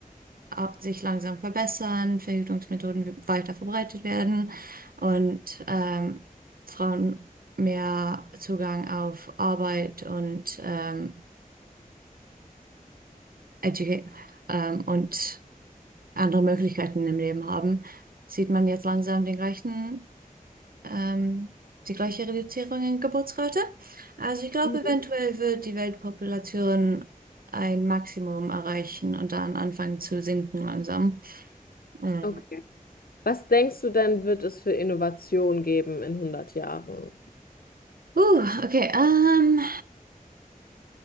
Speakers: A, on the right; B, on the left.
A: ab- sich langsam verbessern, Verhütungsmethoden weiter verbreitet werden und ähm, Frauen mehr Zugang auf Arbeit und ähm, Educa ähm, und andere Möglichkeiten im Leben haben, sieht man jetzt langsam den gleichen ähm, die gleiche Reduzierung in Geburtsrate. Also ich glaube,
B: Mhm.
A: eventuell wird die Weltpopulation ein Maximum erreichen und dann anfangen zu sinken langsam. Mhm.
B: Okay. Was denkst du denn, wird es für Innovation geben in hundert Jahren?
A: Uh, okay, ähm,